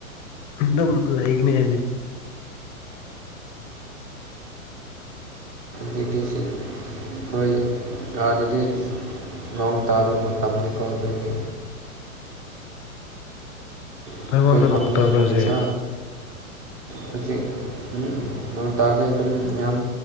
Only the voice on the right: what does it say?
ꯕꯤꯇꯤ ꯁꯤ ꯑꯩꯈꯣꯏ ꯑꯥꯗꯗꯤ ꯅꯣꯡ ꯇꯥꯕ ꯃꯇꯝꯗꯀꯣ ꯑꯗꯨꯒꯤ ꯑꯩꯈꯣꯏ
ꯐꯝꯅꯦ
ꯅꯨꯡꯁꯥ
ꯍꯧꯖꯤꯛ ꯎꯝ ꯅꯣꯡ ꯇꯥꯥꯗꯦ ꯑꯗꯨꯝ ꯌꯥꯝ